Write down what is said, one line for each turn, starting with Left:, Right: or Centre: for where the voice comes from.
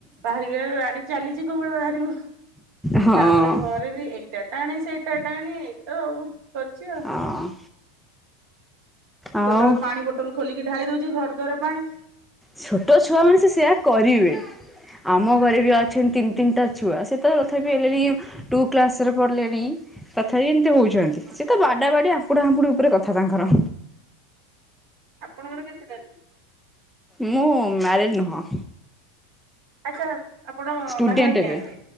Right: ବାହାରିବେ ଗାଡି ଚାଲିଚି କୋଉ <unintelligible> ବାହାରିବ। ତା'ପରେ
Centre: ହଁ
Right: ଘରେ ଏ ବେ ବି ଏଇଟା ଟାଣେ, ସେଇଟା ଟାଣେ, ଏଇ ତ ଆଉ, କରୁଚି ଆଉ।
Centre: ହଁ। ଆଉ
Right: କେତେବେଳେ ପାଣି ବୋଟଲ୍ ଖୋଲିକି ଢାଳି ଦଉଛି! ଘର ଦ୍ୱାର ପାଣି।
Centre: ଛୋଟ ଛୁଆମାନେ, ସେ ସେୟା କରିବେ। ଆମ ଘରେ ବି ଅଛନ୍ତି ତିନି ତିନିଟା ଛୁଆ, ସେ ତ ତଥାପି ହେଲେଣି ଟୁ କ୍ଲାସ୍ ରେ ପଢ଼ିଲେଣି ତଥାପି ଏମିତି ହଉଚନ୍।
Right: ହଁ।
Centre: ସେ ତ ବାଡା ବାଡି ଆମ୍ପୁଡା ହାମ୍ପୁଡି ଉପରେ କଥା ତାଙ୍କର।
Right: ଆପଣଙ୍କର କେତେଟାରେ?
Centre: ମୁଁ ମ୍ୟାରେଡ୍ ନୁହଁ।
Right: ଆଛା। ଆପଣ
Centre: ଷ୍ଟୁଡେଣ୍ଟ
Right: ବାହା ହେଇନହାଁନ୍ତି,
Centre: ଏବେ।